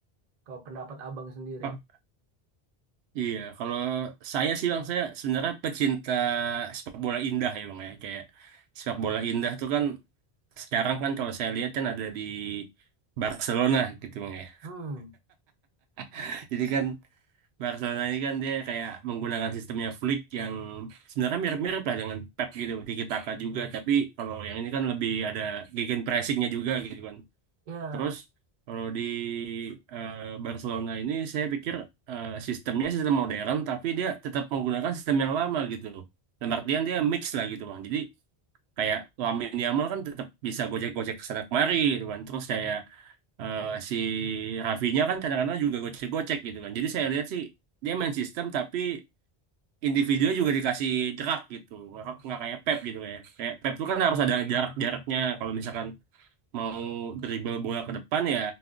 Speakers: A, on the right; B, on the right.
A: Kalau pendapat abang sendiri.
B: Oh, iya kalau saya sih bang saya sebenarnya pecinta sepak bola indah ya bang ya kayak sepak bola indah tuh kan sekarang kan kalau saya lihat kan ada di Barcelona gitu bang ya
A: Hmm,
B: <laughs> jadi kan Barcelona ini kan dia kayak menggunakan sistemnya Flick yang sebenarnya mirip-mirip lah dengan Pep gitu, Tiki Taka juga. Tapi kalau yang ini kan lebih ada gegen pressingnya juga gitu kan.
A: ya,
B: Terus kalau di eh, Barcelona ini saya pikir eh, sistemnya sistem modern, tapi dia tetap menggunakan sistem yang lama gitu. Dan artian dia mix lah gitu bang. Jadi kayak Lamine Yamal kan tetap bisa gojek-gojek kesana kemari gitu kan. Terus kayak eh, si Rafinya kan kadang-kadang juga gocek-gocek gitu kan. Jadi saya lihat sih dia main sistem tapi individunya juga dikasih jerak gitu. Nggak, nggak kayak Pep gitu ya. Kayak Pep tuh kan harus ada jarak-jaraknya. Kalau misalkan mau dribble bola ke depan ya